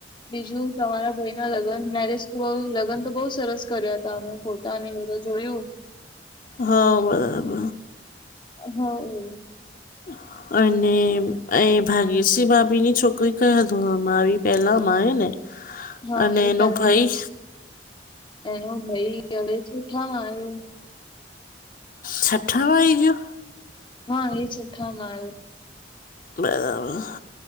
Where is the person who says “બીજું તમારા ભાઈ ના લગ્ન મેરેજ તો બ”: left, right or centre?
Left